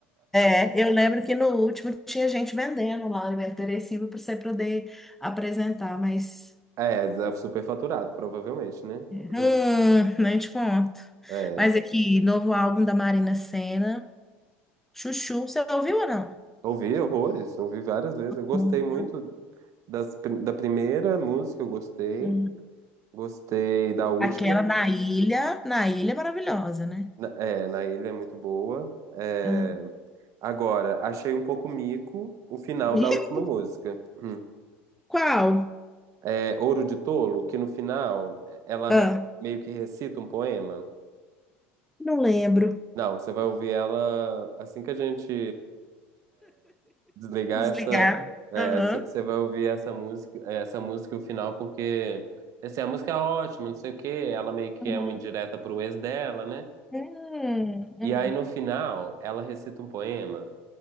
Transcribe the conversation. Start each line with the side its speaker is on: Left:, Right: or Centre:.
Centre: É, eu lembro que no último tinha gente vendendo lá alimento perecível para você poder apresentar, mas
Right: É, é superfaturado, provavelmente, né?
Centre: hum,
Right: Hum.
Centre: nem te conto.
Right: É.
Centre: Mas aqui, novo álbum da Marina Sena, Chuchu, você ouviu ou não?
Right: Ouvi horrores, ouvi várias vezes. Eu gostei
Centre: Hum,
Right: muito das, pri- da primeira música, eu gostei.
Centre: hum.
Right: Gostei da última.
Centre: Aquela na ilha, na ilha é maravilhosa, né?
Right: Na- É, na ilha é muito boa. É,
Centre: Ah,
Right: agora, achei um pouco mico o final
Centre: <laughs>
Right: da última música. Hum.
Centre: Qual?
Right: É Ouro de Tolo, que no final ela
Centre: Ah,
Right: re- meio que recita um poema.
Centre: não lembro.
Right: Não, você vai ouvir ela assim que a gente desligar
Centre: Desligar.
Right: essa.
Centre: Aham.
Right: Você vai ouvir essa música, é, essa música o final, porque assim, a música é ótima, não sei o quê. Ela meio que
Centre: Uhum.
Right: é uma indireta pro ex dela, né?
Centre: Hum,
Right: E
Centre: hum,
Right: aí no final ela recita um poema